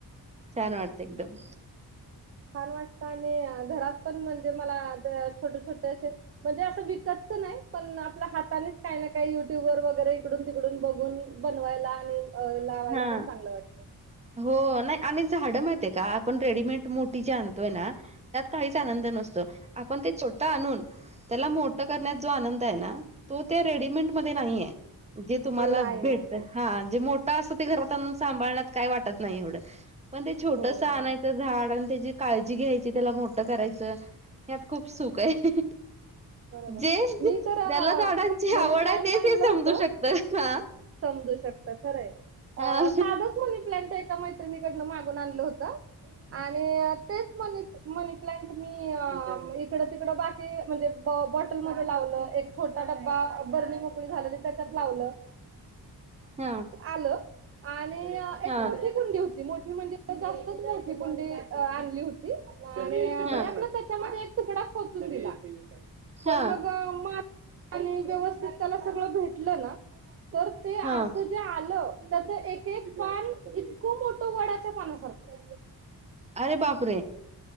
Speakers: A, on the right; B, on the right.
A: छान वाटतं एकदम.
B: छान वाटतं आणि घरात पण म्हणजे मला छोटे छोटे असे म्हणजे असं विकतचं नाही, पण आपल्या हातानेच काही ना काही युट्यूब वर वगैरे इकडून तिकडून बघून बनवायला आणि अ लावायला
A: हा.
B: पण चांगलं वाटतं.
A: हो नाही आणि झाडं माहितय का, आपण रेडीमेड मोठी जे आणतोय ना त्यात काहीच आनंद नसतो,, आपण ते छोटं आणून त्याला मोटं करण्यात जो आनंद आहे ना, तो त्या रेडीमेंट मध्ये नाहीये. जे तुम्हाला
B: नाही
A: भेटत,
B: नाही नाही
A: हा जे मोठं असतं ते घरात आणून सांभाळण्यात काय वाटत नाही एवढं. पण ते छोटसं
B: हो
A: आणयचं
B: हो
A: झाड आणि त्याची काळजी घ्यायची, त्याला मोठं करायचं ह्यात खूप सुख आहे.
B: बरोबर
A: जे ज्याला
B: मी तर
A: झाडांची
B: मनी
A: आवड
B: प्लांट
A: आहे तेच
B: आणलं
A: हे
B: होतं
A: समजू शकत, ह.
B: समजू शकत, खरंय अ
A: हा
B: साधच मनी प्लांट, एका मैत्रिणीकडन मागून आणलं होत आणि तेचं मनी, मनी प्लांट मी इकडं तिकडं बाकी म्हणजे ब बॉटलमध्ये लावल एक छोटा डब्बा, बरणी मोकळी झालेली त्याच्यात लावलं.
A: हा.
B: आल आणि अ एक
A: हा
B: मोठी कुंडी होती, मोठी म्हणजे जास्तच मोठी कुंडी अ आणली होती आणि मी
A: हा
B: आपलं त्याच्यामध्ये एक तुकडा खोचून दिला, पण
A: हा
B: मग अ मा आणि व्यवस्थित त्याला सगळं भेटलं ना, तर ते
A: हा
B: असत ते आलं, त्याच एक एक पान इतकं मोठ वडाच्या पानासारख.
A: अरे बापरे!